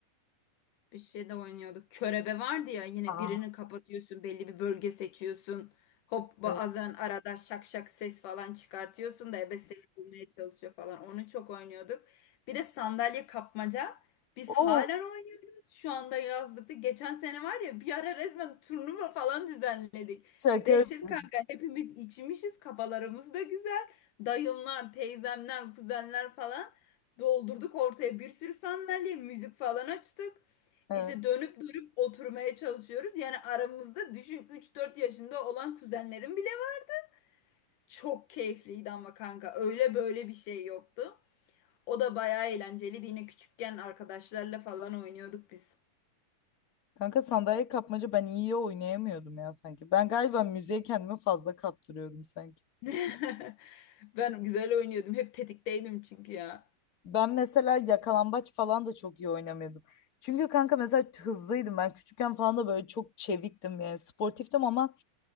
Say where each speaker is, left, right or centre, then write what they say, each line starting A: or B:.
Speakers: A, on the left (about 80°); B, on the left (about 35°).
A: Bir şey de oynuyorduk. Körebe vardı ya yine
B: Aa,
A: birini kapatıyorsun belli bir bölge seçiyorsun. Hop bazen
B: evet.
A: arada şak şak ses falan çıkartıyorsun da ebe seni bulmaya çalışıyor falan. Onu çok oynuyorduk. Bir de sandalye kapmaca. Biz
B: Oo,
A: halen oynuyoruz. Şu anda yazlıkta. Geçen sene var ya bir ara resmen turnuva falan düzenledik.
B: şaka.
A: Dehşet
B: yapıyorum.
A: kanka hepimiz içmişiz kafalarımız da güzel. Dayımlar, teyzemler, kuzenler falan doldurduk ortaya bir sürü sandalye, müzik falan açtık.
B: Evet.
A: İşte dönüp dönüp oturmaya çalışıyoruz. Yani aramızda düşün üç dört yaşında olan kuzenlerim bile var. çok keyifliydi ama kanka öyle böyle bir şey yoktu. O da bayağı eğlenceliydi. Yine küçükken arkadaşlarla falan oynuyorduk biz.
B: Kanka sandalye kapmaca ben iyi oynayamıyordum ya sanki. Ben galiba müziğe kendimi fazla kaptırıyordum sanki.
A: <laughs> Ben güzel oynuyordum. Hep tetikteydim çünkü ya.
B: Ben mesela yakalambaç falan da çok iyi oynamıyordum. Çünkü kanka mesela hızlıydım ben küçükken falan da böyle çok çeviktim yani sportiftim ama